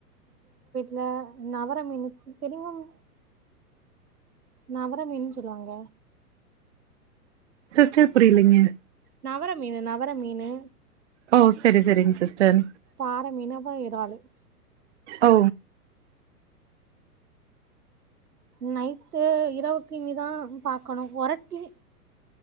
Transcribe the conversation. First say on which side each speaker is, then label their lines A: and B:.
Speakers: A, on the right; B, on the right.
A: ல நவர மீன் தெரியுமா உ நவர மீன்னு சொல்லுவாங்க
B: சிஸ்டர் புரியலங்க
A: நவர மீனு நவர மீனு
B: ஓ சரி சரிங்க சிஸ்டர்
A: பாற மீனு அப்றோ இறாலு
B: ஓ
A: நைட்டு இரவுக்கு இனிதா பாக்கணும் ஒரட்டி